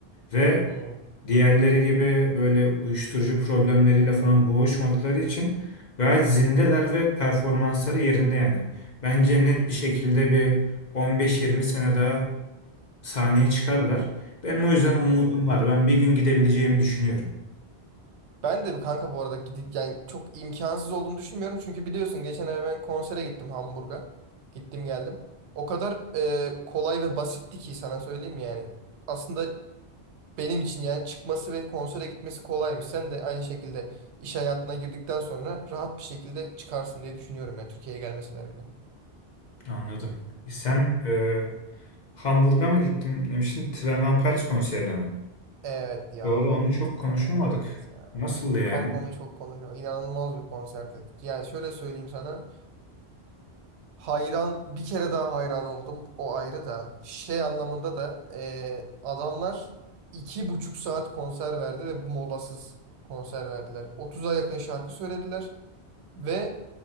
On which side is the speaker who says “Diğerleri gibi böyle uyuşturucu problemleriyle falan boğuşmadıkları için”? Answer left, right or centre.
Left